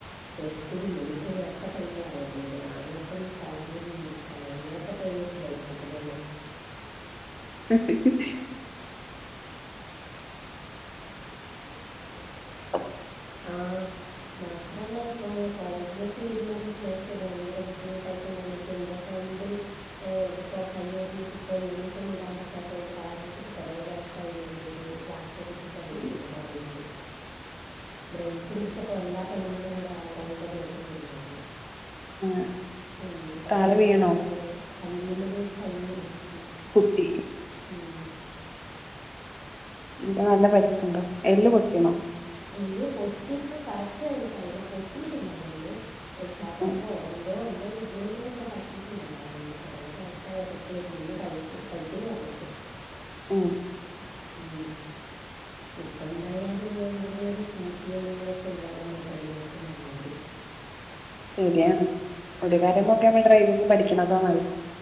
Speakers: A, on the right; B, on the left.
A: ബേക്കികൂടിംമുന്നികൂടിംഒക്കെ പെണ്ണുങ്ങളാണ് കേറുന്നത് ആണുങ്ങക്കൊന്നുംസ്ഥലംപോലും ലില്യഇരി കാണ്അനുങ്ങളൊക്കെ പ്രൈവറ്റിലായിരിക്കു ഇപ്പോ പോവുന്നെ
B: <unintelligible> ഫ്രീയാന്ന്പറിഞ്ഞപ്പോഎന്തൊരുലിപർദ്ധയിംസാരിടുത്തുഓടോരോട്ടം
A: ആ മാത്രല്ല ഇപ്പൊ കോളേജിലേക്ക് വരുമ്പോ കുട്ടിയേള്ക്ക്ഭയങ്കരബുദ്ധിമുട്ടായി ണ്ടെന്നിട്ട് ഇൻ്റെഫ്രണ്ട് ഇഹ്ഇതിപ്പോ കയ്യിടോഞ്ഞിട്ടിപ്പോ യൂണിഫോമിടാൻ പറ്റാതോണ്ട്കളറിട്ടിട്ട്കുറേ ദെവസായി വരുന്നത് പ്ലാസ്റ്ററിട്ടിട്ടാവെര്ന്നത്കോളേജില്
B: ഉം
A: ബ്രേക്ക്പിടിച്ചപ്പോഎല്ലാ പെണ്ണുങ്ങളുംകൂടെഓൾടെമേത്ത് വീണ്ന്നാപറഞ്
B: ആഹ്
A: ഉംഅപ്പൊകൈകമ്പിമ്മ്ല്
B: താള് വീണോ
A: കമ്പിമ്മ്ല് കൈഇടിച്ചി
B: കുത്തി
A: ഉമ്
B: മ്മ്ഇതാനല്ലപരിക്കുണ്ടോഎല്ല് പൊട്ടീണോ
A: എല്ല്പൊട്ടിക്ക്കറക്ട്യിനിക്കറിയി ലാപൊട്ടിയിട്ടില്ലാന്ന്തോന്നുന്നെ ഏഹ്ചതവോഎന്തോന്ന്
B: ഉം
A: എന്തോലിഗ്മെന്റിന് എന്തോ പറ്റിയിട്ടുണ്ട്എന്തായാലുംകുറേ ദെവസായിഅത്ഇട്ട് വര്ന്ന്ഇന്ന് കഴിക്കു കഴിക്കുന്ന്പറഞ്ഞിക്ക് <inaudible>
B: ഉം
A: ഉം ഇപ്പന്തായാലും ഓ എന്തെങ്കിലൊരു സ്കൂട്ടി എന്തെങ്കിലൊക്കെഇള്ളതെന്ന്യ പെണ്ണുങ്ങൾക്കുംനല്ലത്
B: ശരിയാണ്ഒരുകാര്യംനോക്ക്യനമ്മള്
A: ആഹ് ഇപ്പം
B: ഡ്രൈവിംഗ്പഠിക്കണതാനല്ല